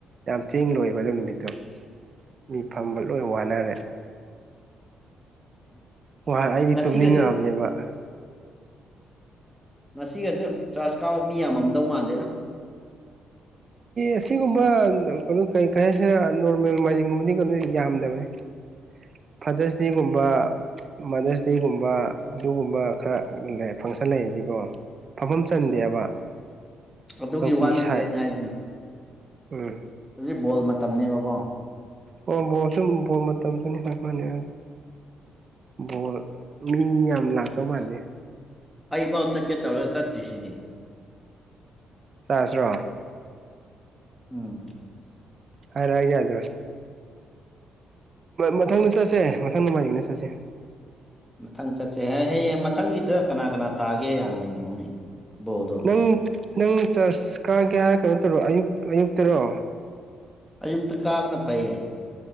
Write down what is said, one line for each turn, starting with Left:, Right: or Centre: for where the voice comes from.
Right: ꯌꯥꯝ ꯊꯦꯡ ꯂꯣꯏꯕ ꯑꯗꯨ ꯅꯨꯃꯤꯠꯇꯣ ꯃꯤ ꯐꯝꯕ ꯂꯣꯏ ꯋꯥꯅꯔꯦ
Centre: <unintelligible>
Right: ꯍꯣꯏ ꯑꯩꯗꯤ
Centre: ꯉꯁꯤꯒꯗꯤ
Right: ꯇꯨꯝꯅꯤꯡꯉꯛꯕ ꯑ
Centre: ꯉꯁꯤꯒꯗꯤꯦ ꯆꯥꯔꯖ ꯀꯥꯕ ꯃꯤ ꯌꯥꯝꯃꯝꯗꯧ ꯃꯥꯟꯗꯦꯅ
Right: ꯑꯁꯤꯒꯨꯝꯕ ꯀꯩꯅꯣ ꯀꯩ ꯀ ꯍꯥꯏꯁꯤꯔ ꯅꯣꯔꯃꯦꯜ ꯃꯥꯏꯖꯤꯡꯒꯨꯝꯕꯗꯤ ꯀꯩꯅꯣ ꯌꯥꯝꯗꯕꯅꯤ <unintelligible> ꯐꯥꯗꯔꯁ ꯗꯦꯒꯨꯝꯕ ꯃꯥꯗꯔꯁ ꯗꯦꯒꯨꯝꯕ ꯑꯗꯨꯒꯨꯝꯕ ꯈꯔ ꯐꯪꯁꯟ ꯂꯩꯔꯗꯤꯀꯣ ꯐꯝꯐꯝ ꯆꯟꯗꯦꯕ
Centre: ꯑꯗꯨꯒꯤ
Right: ꯆꯧꯀꯤ
Centre: ꯋꯥ
Right: ꯁꯥꯏ
Centre: ꯅꯠꯇꯦ ꯑꯩꯅ ꯍꯥꯏꯁ
Right: ꯎꯝ
Centre: ꯍꯧꯖꯤꯛ ꯕꯣꯜ ꯃꯇꯝꯅꯤꯅꯦꯕꯀꯣ
Right: ꯑꯣ ꯕꯣꯔꯁꯨꯕ ꯃꯇꯝꯁꯨꯅꯤ ꯍꯣꯏ ꯃꯥꯅꯤ ꯕꯣ ꯃꯤ ꯌꯥꯝ ꯂꯥꯛꯇꯧ ꯃꯥꯥꯟꯂꯦ
Centre: ꯑꯩꯐꯥꯎ ꯆꯠꯀꯦ ꯇꯧꯔꯒ ꯆꯠꯇ꯭ꯔꯤꯁꯤꯅꯦ
Right: ꯆꯁ꯭ꯔꯣ
Centre: ꯎꯝ
Right: ꯍ ꯔꯦ ꯌꯥꯗ꯭ꯔꯣ ꯃꯊꯪꯗ ꯆꯠꯁꯦ ꯃꯊꯪ ꯅꯃꯥꯏꯖꯅ ꯆꯠꯁꯦ
Centre: ꯃꯊꯪ ꯆꯠꯁꯦ ꯍ ꯍꯌꯦꯡ ꯃꯊꯪꯒꯤꯗ ꯀꯅꯥ ꯀꯅꯥ ꯇꯥꯒꯦ ꯍꯥꯟꯅ ꯌꯦꯡꯉꯨꯅꯦ ꯣꯗꯣ
Right: ꯅꯪ ꯅꯪ ꯆꯥꯔꯆ ꯀꯥꯒꯦ ꯍꯥꯏ ꯀꯩꯅꯣ ꯇꯧꯔꯣ ꯑꯌꯨꯛ ꯑꯌꯨꯛꯇꯔꯣ꯫
Centre: ꯑꯌꯨꯛꯇ ꯀꯥꯕꯅ ꯐꯩꯌꯦ꯫